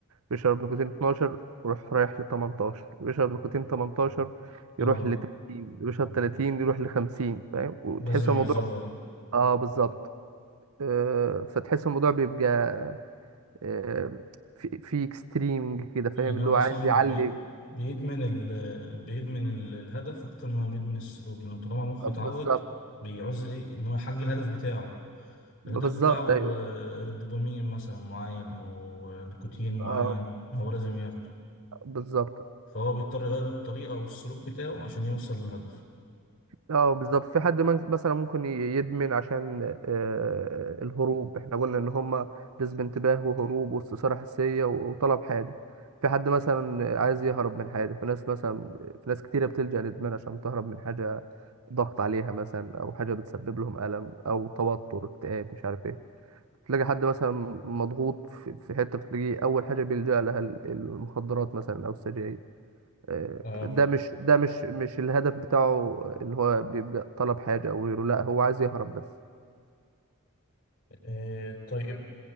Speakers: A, on the right; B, on the left.
A: بيشرب نيكوتين 12 يروح رايح ل 18 بيشرب نيكوتين 18
B: اه
A: يروح ل 30 بيشرب 30 يروح ل 50 فاهم وتحس
B: لازم
A: الموضوع
B: يزوده
A: اه بالظبط آه فتحس الموضوع بيبقى آه في في اكستريمنج كده فاهم
B: يعني
A: اللي
B: هو
A: هو عايز
B: اصلا
A: يعلي
B: بي... بيدمن ال... بيدمن ال- الهدف اكتر ما هو بيدمن السلوك لان طالما مخه
A: آه،
B: اتعود
A: بالظبط
B: بيعوز ايه ان هو يحقق الهدف بتاعه
A: بالظبط
B: الهدف بتاعه
A: ايوه
B: آه، دوبامين مثلا معين او آه، نيكوتين معين
A: اه
B: هو لازم ياخده
A: بالظبط
B: فهو بيضطر يغير الطريقة او السلوك بتاعه عشان يوصل لهدف
A: اه بالظبط في حد من- مثلا ممكن ي- يدمن عشان آه، الهروب احنا قلنا ان هما جذب انتباه وهروب واستثارة حسية و- وطلب حاجة في حد مثلا عايز يهرب من حاجة في ناس مثلا في ناس كتيرة بتلجأ للإدمان عشان تهرب من حاجة ضغط عليها مثلا أو حاجة بتسبب لهم ألم أو توتر اكتئاب مش عارف ايه تلاقي حد مثلا مضغوط في في حتة بتلاقيه أول حاجة بيلجأ لها ال- المخدرات مثلا أو السجاير آه،
B: اه
A: ده
B: فاهم
A: مش ده مش مش الهدف بتاعه ان هو بيبقى طلب حاجه او غيره لا هو عايز يهرب بس
B: آه طيب